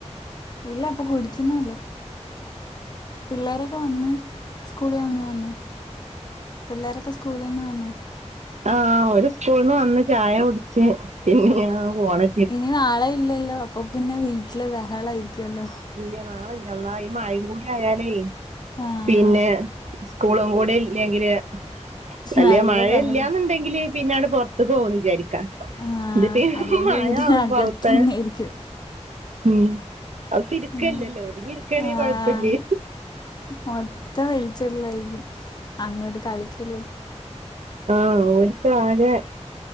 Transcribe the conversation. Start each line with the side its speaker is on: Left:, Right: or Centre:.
Left: ഇല്ല അപ്പൊ കുടിക്കുന്നളു. പിള്ളേരൊക്കെ വന്ന് സ്കൂളിൽന്ന് വന്ന്. പിള്ളോരൊക്കെ സ്കൂളിൽ നിന്ന് വന്ന്.
Right: ആ ഓര് സ്കൂൾന്ന് വന്ന് ചായ കുടിച്ച് പിന്നെങ്ങനെയാ പോണ്
Left: ഇനി നാളെയില്ലല്ലോ അപ്പപിന്നെ വീട്ടില് വെഹളായിരിക്കുവല്ലോ
Right: ഇല്ല നാളെയില്ല അള്ളാ ഈ മഴയും കൂടിആയാലേ
Left: ആഹ്
Right: പിന്നെ സ്കൂളുംകൂടെ ഇല്ലെങ്കില് വല്യമഴ
Left: നല്ല ബഹളം
Right: ഇല്ലാന്നുണ്ടെങ്കില് പിന്നാലെ പൊറത്തുക്ക് പോകുന്നു വിചാരിക്കാം
Left: ആഹ്
Right: ഇതിപ്പീ
Left: അല്ലെങ്കിൽ
Right: മഴയാവുമ്പൊ
Left: വീടിനകത്തന്നെ
Right: അകത്തെ
Left: ഇരിക്കും
Right: ഉം അതിപ്പ ഇരിക്കല്ലല്ലോ
Left: ആഹ്
Right: ഒതുങ്ങി ഇരിക്കയാണെങ്കിൽ
Left: ആഹ്
Right: കൊഴപ്പില്ലേ
Left: മൊത്തം വലിച്ചിടലായിരിക്കും അങ്ങോട്ട് കളിക്കലും
Right: ആ ഓൽക്ക് ആകെ